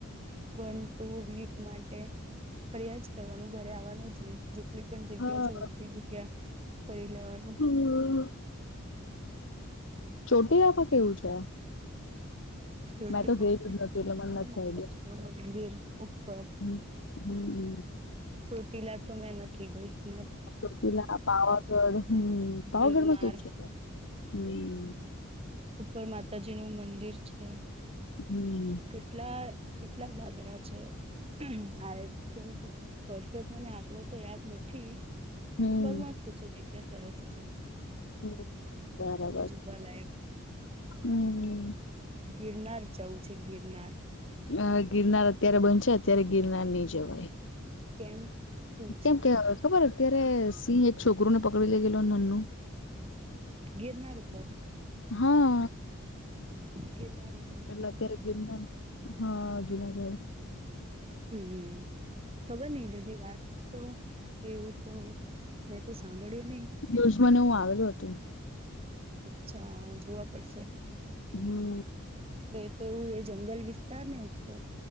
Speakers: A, on the right; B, on the left.
A: વન ટુ વીક માટે ફરિયાજ કરવાનું ઘરે આવવાનું જ નહી જેટલી પણ જગ્યા
B: હા
A: છે બધી જગ્યા ફરી લેવાની
B: <unintelligible> ચોટી <unintelligible> કેવું છે
A: ચોટીલા
B: મેં તો ગઈ
A: પણ
B: જ નથી એટલે મને નથી
A: માતાજી
B: આઈડયા
A: નું મંદિર ઉપર
B: <unintelligible>
A: ચોટીલા તો મેં નથી ગઈ મે
B: ચોંટીલા પાવાગઢ હમ્મ પાવાગઢમાં
A: ગિરનાર
B: માં કેવું છે
A: ઉપર માતાજી નું મંદિર છે
B: હમ્મ
A: કેટલા કેટલા દાદરા છે આયથિંક પરફેક્ટ મને આંકડો તો યાદ નથી
B: હમ.
A: ફમાસ્તુ છે જગ્યા સરસ છે
B: હમ્મ બરાબર
A: જોવાલાયક
B: છે હમ્મ
A: ગિરનાર જવું છે ગિરનાર
B: અ ગિરનાર અત્યારે બન છે અત્યારે ગિરનાર નઈ જવાય
A: કેમ શું
B: કેમ
A: છે
B: કેવા ખબર અત્યારે સિંહ એક છોકરીુ ને પકડી લઈ ગેલો નનનું
A: ગિરનાર ઉપર
B: હા
A: ગિરનારે
B: એટલે અત્યારે ગેરના હા જુનાગઢ
A: હમ્મ ખબર નય બધી વાત તો એવું તો મેં તો સાંભળ્યું નહી
B: ન્યુઝ માં ને હું આવેલું હતું
A: અચ્છા જોવા પડશે
B: હમ્મ
A: એ તો એવું એ જંગલ વિસ્તાર ને ઉપર